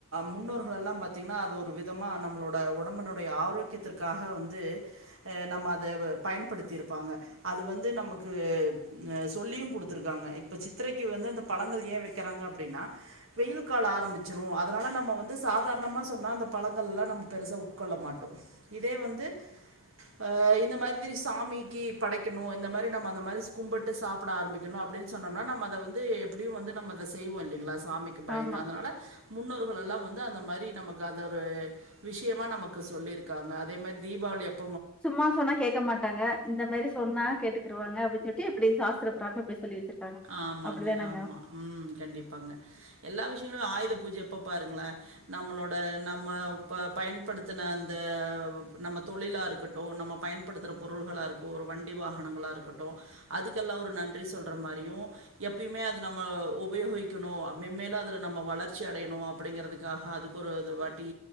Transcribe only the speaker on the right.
முன்னோர்கள் எல்லாம் பாத்தீங்கன்னா அது ஒரு வி தமா நம்மளோட உடம்புனுடைய ஆரோக்கியத்திற்காக வந்து ஆ நம்ம அதை பயன்படுத்திருப்பாங்க அது வந்து நமக்கு சொல்லியும் கொடுத்துருக்காங்க இப்ப சித்திரைக்கு வந்து அந்த பழங்கள் ஏன் வைக்கிறாங்க அப்டின்னா வெயில் காலம் ஆரம்பிச்சிரும் அதனால் நம்ம வந்து சாதாரணமா சொன்னால் அந்த பழங்கள்லாம் நம்ம பெருசாக உட்கொள்ள மாட்டோம் இதே வந்து ஆ இந்த மாதிரி சாமிக்கி படைக்கணும் இந்த மாரி நம்ம அந்த மாதிரி கும்பிட்டு சாப்ட ஆரம்பி க்கணும் அப்டின்னு சொன்னோம்னா நம்ம அதை வந்து எப்டியும் வந்து நம்ம அதை செய்வோம் இல்லைங்களா சாமிக்கு பயந்து
அதனால முன்னோர்களெல்லாம் வந்து அந்த மாரி நமக்கு அந்த ஒரு விஷயமா நமக்கு சொல்லிர்க் க்காங்க அதோ மாதிரி தீபாவளி அப்
ஆமாங்க.
ஆமா. ம் கண்டிப்பாங்க எல்லா விஷயங்களும் ஆயுத பூஜை அப்ப பாருங்களோ நம்மளோட நம்ம இப்ப பயன்படுத்தின அந்த நம்ம தொழிலா இருக்கட்டும் நம்ம பயன் பயன்படுத்துற பொருள்களா இருக்க ஒரு வண்டி வாகனங்களா இருக்கட்டும் அதுக்கெல்லாம் ஒரு நன்றி சொல்ற மாரியும் எப்பியுமே அது நம்ம உபயோகிக்கணும் மேம்மேலும் அதுல நம்ம வளர்ச்சி அடையணும் அப்டிங்கிறது கமா அதுகு ஒரு வாட்டி